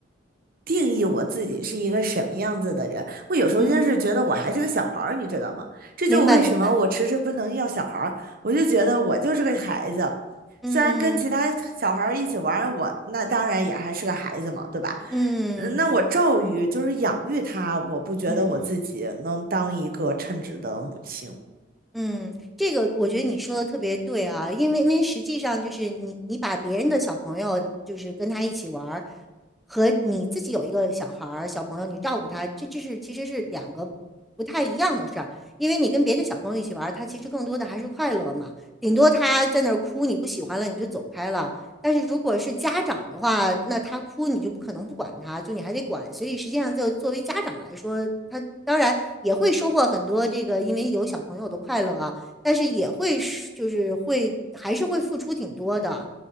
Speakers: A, on the right (about 50°); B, in the centre.
A: 定义我自己是一个什么样子的人。我有时候真是觉得我还是个小孩儿，
B: 嗯，嗯
A: 你知道吗？这就为什么我迟迟不能要小孩儿，
B: 明白明白。
A: 我就觉得我就是个孩子。虽然跟其他小孩儿一起玩儿我那当然也还是个孩子嘛，
B: 嗯
A: 对吧？
B: 嗯嗯。
A: 嗯那我教育就是养育他，我不觉得我自己能当一个称职的母亲。
B: 嗯嗯，这个我觉得你说的特别对啊，因为因为实际上就是你你把别人的小朋友就是跟他一起玩儿，和你自己有一个小孩儿小朋友你照顾他，这这是其实是两个不太一样的事儿，因为你跟别的小朋友一起玩儿，他其实更多的还是快乐嘛，顶多他在那儿哭，你不喜欢了你就走开了，但是如果是家长的话，那他哭你就不可能不管他，就你还得管。所以实际上，就作为家长来说，他当然也会收获很多这个，因为有小朋友的快乐啊，但是也会是就是会还是会付出挺多的